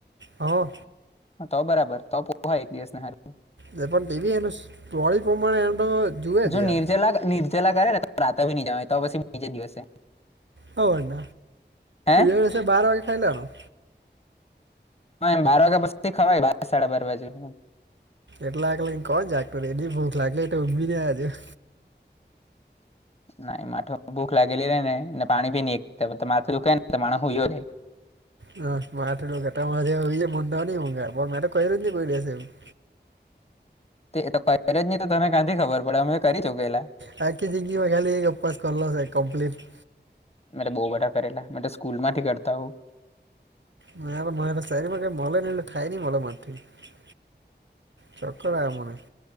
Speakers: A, on the right; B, on the left.
A: હા
B: તો બરાબર તો પોહા એક દિવસ ના હ
A: જે પણ ટીવી એનુંડી પ્રમાણે એ તો <unintelligible>
B: જો
A: યાર
B: નિર્જલા નિર્જલા કરે ને તો રાતા ભી નહી જવા તો પછી બીજે દિવસે.
A: હવ
B: હા,
A: અ એસે બાર વાગે ખાઈલા આવનું.
B: હ એમ બાર વાગ્યા પછી ખવા બ સાડા બાર વાગે.
A: એટલા આ કોણ જાાગતું એની ભૂખ લાગે એ ઊભી આજે.
B: ના માઠુંમાં ભૂખ લાગેલી ર નેને પાણી ભી નહી માથું રુખે ને તો માણ હોયયો રહે.
A: હ મા આઠ લગટજ જે મનવ નને ગ મેટ તો ક નથી કોઈલીસે <unintelligible> <inaudible>
B: તે ત કર્યું જ ની તો તમે ક્યાંથી ખબર પડે અમે કરી ચૂકેલા.
A: પેકેજિંગી બાલી ઉંપાસ કરલો કમ્પ્લીટ.
B: મે બઉુ બધા કરેલા સ્કૂલ માંથી કરતા હો.
A: મ સામાં ક મ ને એટલે થાય ન મ માથી <unintelligible> ચોક્કર આ મને.